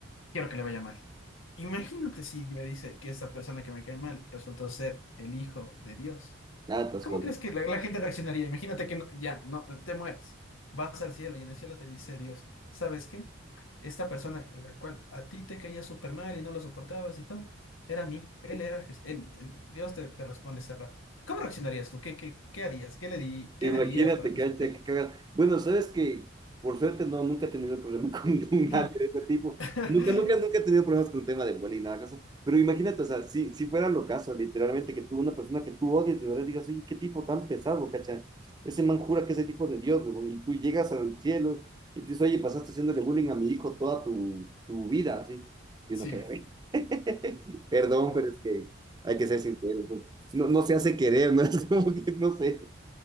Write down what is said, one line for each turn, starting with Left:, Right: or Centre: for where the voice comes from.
Left: quiero que le vaya mal. Imagínate si me dice que esa persona que me cae mal resultó ser el hijo de Dios.
Right: Nada, estás
Left: ¿Cómo
Right: jodido.
Left: crees que la, la gente reaccionaría? Imagínate que no- ya, no, te, te mueres. Vas al cielo y en el cielo te dice Dios, ¿sabes qué? Esta persona, la cual a ti te caía súper mal y no lo soportabas y todo, era mi hijo, él era Jesús, él, él- Dios te, te responde ese rato. ¿Cómo reaccionarías tú? ¿Qué, qué, qué harías? ¿Qué le di, qué
Right: Imagínate,
Left: le dirías para justificar?
Right: cancha, que cagas. Bueno, sabes que por suerte no, nunca he tenido el problema con <laughs>
Left: <clears throat>
Right: nadie de ese tipo. Nunca, nunca, nunca
Left: <laughs>
Right: he tenido problemas con el tema de bullying y nada, cosa. Pero imagínate, o sea, si, si fuera lo caso, literalmente, que tú, una persona que tú odias, de verdad digas, oye, qué tipo tan pesado, cacha. Ese man jura que es el tipo de Dios, huevón, y tú llegas al cielo y te dices, oye, pasaste haciéndole bullying a mi hijo toda tu, tu vida, así. Y
Left: Sí,
Right: uno que, <laughs> Perdón,
Left: sí,
Right: pero es que hay que ser sincero. pues, no, no se hace querer, ¿no? <laughs> Es como que, no sé,